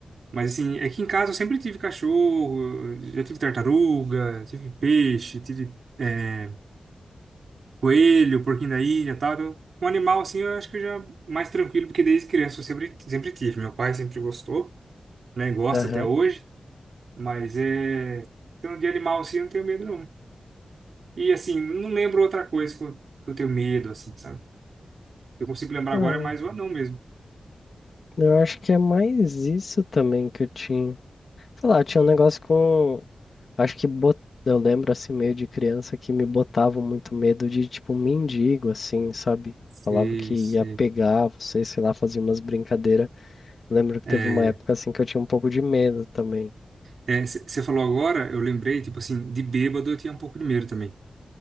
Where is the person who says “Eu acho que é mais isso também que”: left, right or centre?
Left